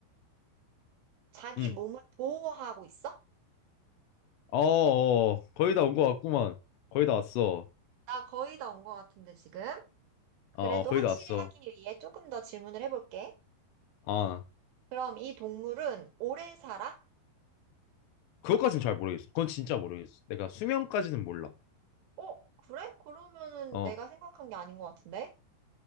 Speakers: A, on the right; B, on the left.
A: 자기
B: 응.
A: 몸을 보호하고 있어?
B: 어, 어, 어. 거의 다 온 것 같구만. 거의 다 왔어.
A: 나 거의 다 온 것 같은데, 지금. 그래도
B: 어, 어, 거의
A: 확실히
B: 다 왔어.
A: 하기 위해 조금 더 질문을 해볼게.
B: 아,
A: 그럼 이 동물은 오래 살아?
B: 그것까진 잘 모르겠어. 그건 진짜 모르겠어. 내가 수명까지는 몰라.
A: 어, 그래? 그러면은
B: 어,
A: 내가 생각한 게 아닌 것 같은데?